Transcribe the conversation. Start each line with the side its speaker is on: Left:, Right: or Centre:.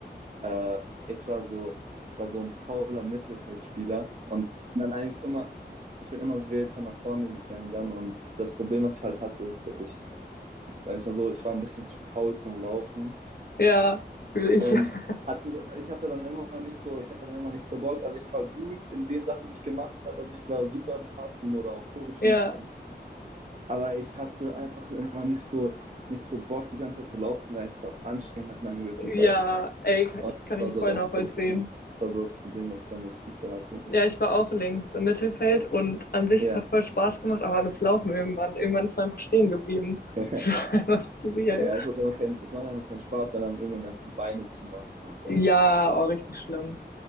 Right: äh, ich war so, ich war so ein fauler Mittelfeldspieler und bin dann eigentlich immer, ich bin immer weiter nach vorne gegangen dann und das Problem, was ich halt hatte, ist, dass ich, sag ich mal so, ich war ein bisschen zu faul zum Laufen
Left: Ja, fühle ich.
Right: und
Left: <laughs>
Right: hatte, ich hatte dann immer nicht so, ich hatte dann immer nicht so Bock. Also ich war gut in den Sachen, die ich gemacht habe. Also ich war super im Passen oder auch Tore schießen.
Left: Ja,
Right: Und, aber ich hatte einfach immer nicht so, nicht so Bock, die ganze Zeit zu laufen, weil es auch anstrengend nach einer gewissen
Left: ja,
Right: Zeit.
Left: ey, ka-
Right: Und das
Left: kann ich
Right: war so
Left: voll
Right: das
Left: nachvollziehen.
Right: Problem, das war so das Problem, was ich dann mit Fußball hatte.
Left: Ja, ich war auch links im Mittelfeld und an sich,
Right: Ja.
Left: es hat voll Spaß gemacht, aber das Laufen irgendwann, irgendwann ist man einfach stehen geblieben.
Right: <laughs>
Left: <laughs> Es war einfach zu viel.
Right: Ja, es macht, einfach keinen, es macht einfach keinen Spaß, wenn dann irgendwann einfach die Beine zumachen und dann.
Left: Ja, oh, richtig schlimm.